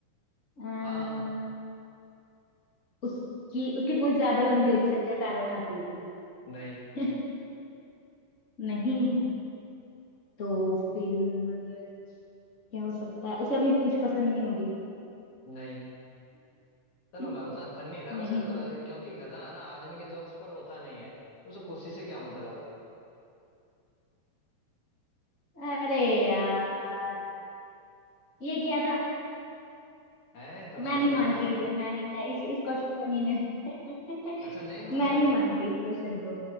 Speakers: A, on the left (about 20°); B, on the left (about 50°).
A: अम्म,
B: हाँ
A: उसकी उसकी पूंछ ज्यादा लंबी होगी चलते पैरों में आती होगी
B: नहीं
A: <laughs> नहीं तो फिर क्या हो सकता है उसे अपनी पूंछ पसंद नहीं होगी
B: नहीं चलो
A: <laughs>
B: मैं बता फनी था वैसे
A: नहीं
B: तो थोड़ा सा क्योंकि गधा है ना आदमी के जोक्स पर रोता नहीं है तो उसे खुशी से क्या मतलब
A: अरे यार ये क्या था
B: है हैं थोड़ा
A: मैं
B: फनी
A: नहीं मानती
B: था
A: इसे मैं नहीं मैं इस इस क्वेश्चन को नहीं मैं <laughs>
B: अच्छा नहीं मान
A: मैं
B: रहे
A: नहीं
B: हो
A: मानती इस क्वेश्चन को